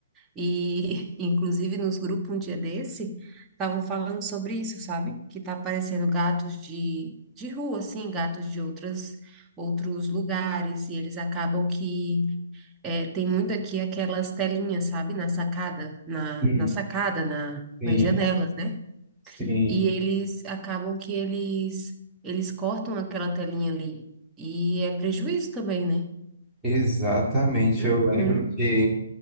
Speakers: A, on the right; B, in the centre.
A: E, <laughs> inclusive, nos grupos um dia desse, estavam falando sobre isso, sabe? Que tá aparecendo gatos de, de rua, assim, gatos de outras, outros lugares, e eles acabam que é, tem muito aqui aquelas telinhas, sabe? Na sacada, na,
B: Sim,
A: na sacada, na,
B: sim,
A: nas janelas, né?
B: sim.
A: E eles acabam que eles, eles cortam aquela telinha ali. E é prejuízo também, né?
B: Exatamente.
A: Uhum,
B: Eu lembro que